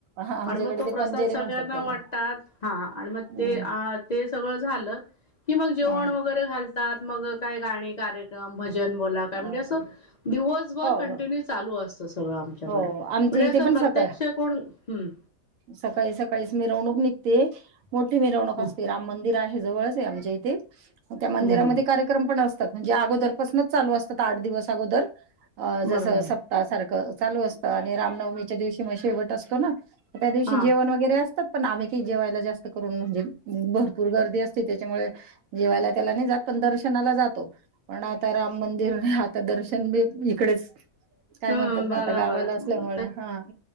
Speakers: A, on the right; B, on the left.
A: हा आमच्याकडे
B: आणि मग तो
A: ते
B: प्रसाद
A: पंजेरी
B: सगळ्यांना
A: म्हणतात त्याला
B: वाटतात, हा आणि मग
A: हम्म
B: ते ते सगळं झालं. कि मग जेवण
A: हा
B: वगैरे घालतात मग काय गाणी कार्यक्रम भजन बोला काय
A: हा
B: म्हणजे असं. दिवसभर
A: हो
B: कंटिन्यू
A: बर
B: चालू असतं सगळं आमच्याकडे.
A: हो आमच्या
B: म्हणजे
A: इथे
B: असं
A: पण
B: प्रत्यक्ष
A: सकाळ
B: कोण, हम्म,
A: सकाळी सकाळीच मिरवणूक निघते मोठी मिरवणूक
B: हम्म
A: असते, राम मंदिर आहे जवळच. ते आमच्या इथे, म त्या मंदिरामध्ये
B: हम्म
A: कार्यक्रम पण असतात. म्हणजे, अगोदर पासनच चालू असतात. आठ दिवस अगोदर अ जस
B: बरोबर
A: सप ता सारखं चालू असतं. आणि रामनवमीच्या दिवशी म शेवट असतो ना, म त्या दिवशी
B: हा
A: जेवण वगैरे अस त पण आम्ही काय जेवायला जास्त करून म्हणजे, भरपूर गर्दी असते. त्याच्यामुळे जेवायला त्याला नाय जात. पण दर्शनाला जातो. पण आता रा मंदिर आता दर्शन बी इकडेच काय
B: हम्म
A: म्हणतात,
B: बराबर
A: ना आता गावाला
B: आहे
A: असल्यामुळे हा